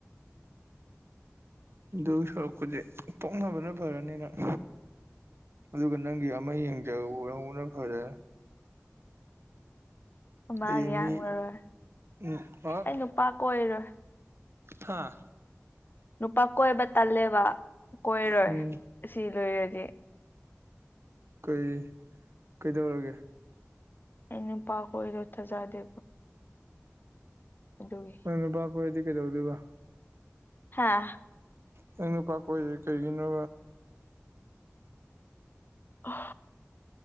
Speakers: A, on the right (about 55°); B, on the left (about 45°).
A: ꯑꯗꯨ ꯁꯣꯔꯛꯄꯗꯤ ꯄꯣꯛꯅꯕꯅ ꯐꯔꯅꯤꯅꯪ ꯑꯗꯨꯒ ꯅꯪꯒꯤ ꯑꯃ ꯌꯦꯡꯒꯦ ꯇꯧꯍꯧꯕꯅ ꯐꯗꯣꯢꯔ
B: ꯃꯥ
A: ꯑꯦ
B: ꯌꯥꯡꯂꯔꯣꯏ
A: ꯃꯤ ꯎꯝ ꯍꯥꯛ
B: ꯑꯩ ꯅꯨꯄꯥ ꯀꯣꯏꯔꯣꯏ
A: ꯍꯥꯥ
B: ꯅꯨꯄꯥ ꯀꯣꯏꯕ ꯇꯜꯂꯦꯕ ꯀꯣꯏꯔꯣꯏ
A: ꯎꯝ
B: ꯑꯁꯤ ꯂꯣꯏꯔꯗꯤ
A: ꯀꯩ ꯀꯩꯗꯧꯔꯒꯦ
B: ꯏꯅꯤ ꯄꯥꯈ ꯑꯣꯏꯣꯏꯗ ꯑꯣꯊ ꯆꯗꯦ ꯑꯗꯨꯏ
A: ꯅꯪ ꯅꯨꯄꯥ ꯀꯣꯏꯔꯗꯤ ꯀꯩꯗꯧꯗꯣꯏꯕ
B: ꯍꯥꯥ
A: ꯅꯪꯅꯄꯥ ꯀꯣꯏꯁꯦ ꯀꯩꯒꯤꯅꯣ
B: ꯑ <unintelligible>